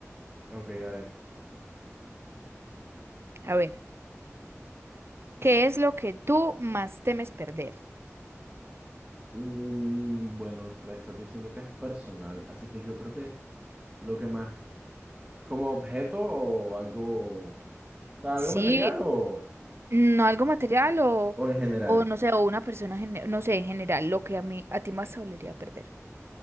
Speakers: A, on the right; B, on the right.
A: Ok, dale.
B: A ver, ¿qué es lo que tú más temes perder?
A: Mm, bueno, tú me estás diciendo que es personal, así que yo creo que lo que más, como objeto o algo, o sea,
B: Sí,
A: algo material o,
B: no algo material o,
A: o en general.
B: o no sé, o una persona, gene- no sé, en general, lo que a mí, a ti más te dolería perder.